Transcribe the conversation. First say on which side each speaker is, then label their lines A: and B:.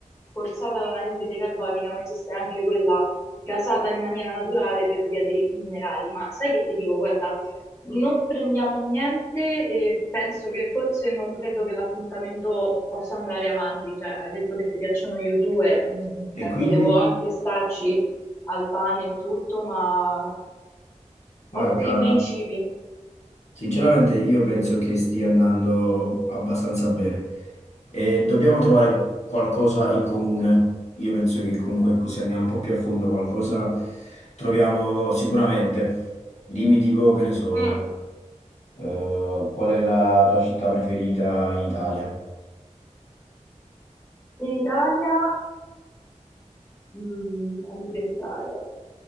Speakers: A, on the left; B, on the left.
A: forzata dall'anidride carbonica, ma esiste anche quella gasata in maniera naturale per via dei minerali. Ma sai che ti dico, guarda, non prendiamo niente e penso che forse non credo che l'appuntamento possa andare avanti. Cioè, hai detto che ti piacciono io due, mm,
B: e
A: cioè,
B: quindi,
A: potevo anche starci al pane e tutto, ma
B: guarda,
A: ho dei principi.
B: Sinceramente io penso che stia andando abbastanza bene e dobbiamo trovare qualcosa in comune. Io penso che comunque così andiamo un po' più a fondo, qualcosa troviamo sicuramente. Dimmi tipo, che ne so,
A: Mm.
B: eh, qual è la tua città preferita in Italia?
A: In Italia, mm, fammi pensare,